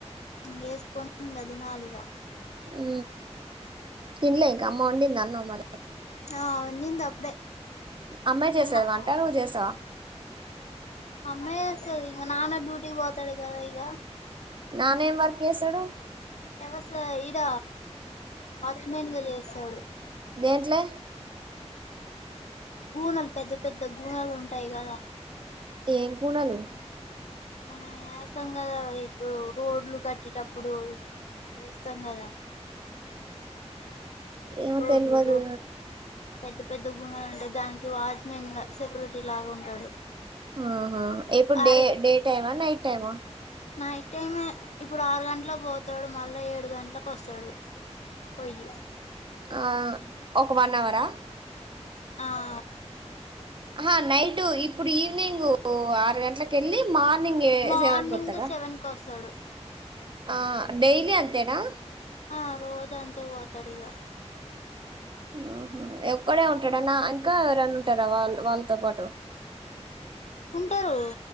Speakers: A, on the left; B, on the right.
A: ఇ వేసుకోని ఇకా దినాలిగా
B: ఉ తినలే ఇంకా అమ్మ వండిందా అన్నం మరి
A: ఆ వండింది అప్పుడే
B: అమ్మే
A: ఇంగ
B: చేస్తాదా
A: నా
B: వంటా నువ్వు చేస్తావా
A: అమ్మేస్త ఇంకా నాన్న డ్యూటీ పోతాడు కదా ఇగ
B: నాన్న ఏం వర్క్ చేస్తాడు
A: వ్యవస ఇడ వాచ్మెన్ గా చేస్తాడు
B: దేంట్లో
A: బూనలు పెద్ద పెద్ద గూనలు ఉంటాయి కదా
B: ఏం కూనలు
A: మనం ఎస్తాం కదా ఇప్పుడు రోడ్లు కట్టేటప్పుడు వేస్తాం కదా
B: ఏమో
A: రోడ్లు
B: తెలివదు
A: రో పెద్ద పెద్ద గునలు ఉంటాయి దానికి వాచ్మెన్ గా సెక్యూరిటీ లాగా ఉంటాడు
B: ఆహ ఇప్పుడు డే
A: ఆరు
B: డే టైమా నైట్ టైమా
A: న్తెట్ టైమ్ ఎ ఇప్పుడు ఆరు గంటలకు పోతాడు మళ్ళా ఏడు గంటలకు వస్తాడు పోయ్యి
B: ఆ ఒక వన్ అవరా
A: అఆ
B: ఆ నైట్ ఇప్పుడు ఈవనింగ్ ఓ ఆరు గంటలకి ఎళ్లి మార్నింగ్ ఎ
A: మార్నింగ్
B: సెవెన్ కు వత్తడా
A: సెవెన్ కి వస్తాడు
B: ఆ డైలీ అంతేనా
A: ఆ రోజు అంతే పోతాడు ఇక
B: ఆహా ఒక్కడే ఉంటాడాన ఇంకా ఎవరన్నా ఉంటారా వాళ్ళ వాళ్ళతో పాటు
A: ఉంటారు